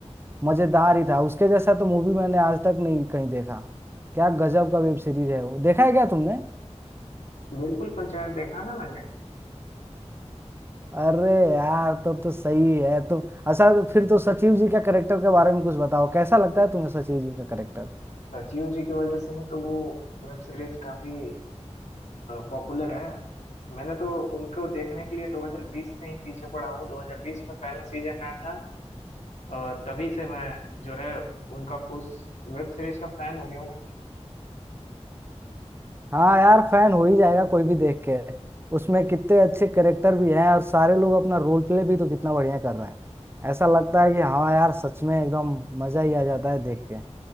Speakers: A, on the right; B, on the left.
A: मजेदार ही था उसके जैसा तो मूवी मैंने आज तक नहीं कहीं देखा क्या गजब का वेब सीरीज है वो देखा है क्या तुमने
B: बिल्कुल पंचायत देखा ना मैंने
A: अरे यार तब तो सही है तो अच्छा तो फिर तो सचिव जी का करेक्टर के बारे में कुछ बताओ कैसा लगता है तुम्हें सचिव जी का करेक्टर
B: सचिव जी की वजह से ही तो वो वेब सीरीज काफी पॉपुलर है मैंने तो उनको देखने के लिए 2020 से ही पीछे पड़ा हूँ 2020 में पहला सीजन आया था अ, तभी से मैं जो है उनका उस वेब सीरीज का फैन हो गया हूँ मैं
A: हाँ यार फैन हो ही जाएगा कोई भी देख के उसमें कितने अच्छे करेक्टर भी हैं और सारे लोग अपना रोल प्ले भी तो कितना बढ़िया कर रहे हैं ऐसा लगता है कि हाँ यार सच में एकदम मजा ही आ जाता है देख के